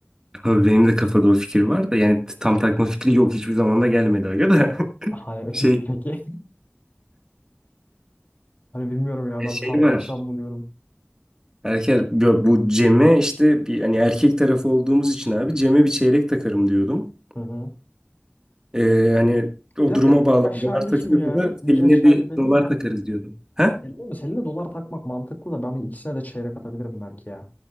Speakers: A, on the right; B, on the left.
A: Abi benim de kafada o fikir var da yani tam takma fikri yok hiçbir zaman da gelmedi aga da.
B: hani
A: <laughs> Şey
B: <laughs> peki hani bilmiyorum ya
A: e,
B: ben
A: şey
B: tam taksam
A: var.
B: mı diyorum.
A: Erkek bu bu Cem'e işte bir hani erkek tarafı olduğumuz için abi Cem'e bir çeyrek takarım diyordum.
B: Hı hı.
A: Ee, hani o
B: Bir dakika
A: duruma
B: nikah
A: bağlı agalar
B: şahidi
A: takıyorsa
B: kim ya?
A: da
B: Nikah
A: eline
B: şahidi
A: bir
B: belli
A: dolar
B: mi?
A: takarız diyordum. Ha?
B: Belli mi? Selin'e dolar takmak mantıklı da ben ikisine de çeyrek atabilirim belki ya.